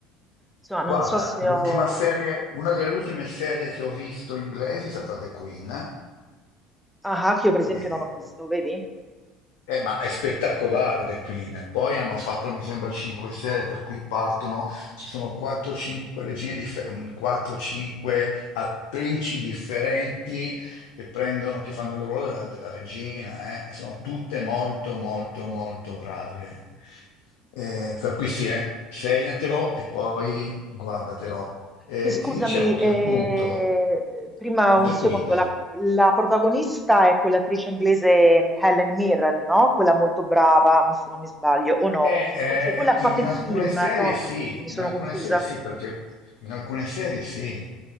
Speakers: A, in the centre; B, on the left.
A: Insomma,
B: guarda,
A: non so se
B: l'ultima
A: ho...
B: serie, una delle ultime serie che ho visto inglesi è stata The Queen.
A: Ah, Haki io per esempio
B: eh,
A: non ho visto, vedi?
B: Eh, ma è spettacolare The Queen. Poi hanno fatto, mi sembra, cinque serie, per cui partono, ci sono 4-5 regine diffe- mm, 4-5 attrici differenti che prendono, che fanno il ruolo della, della regina, eh, E sono tutte molto, molto, molto brave. Eh, per cui sì, eh, segnatelo e poi guardatelo. Eh,
A: Che scusami,
B: ti dicevo che
A: eh,
B: appunto
A: prima un
B: The
A: secondo,
B: Queen.
A: la, la protagonista è quell'attrice inglese Helen Mirren, no? Quella molto brava, mi- se non mi sbaglio, o no?
B: Eh,
A: O forse quella
B: eh,
A: ha
B: in
A: fatto il
B: alcune
A: film,
B: serie
A: no, ha
B: sì,
A: fatto il film, mi
B: in
A: sono
B: alcune
A: confusa.
B: serie sì, perché in alcune serie sì.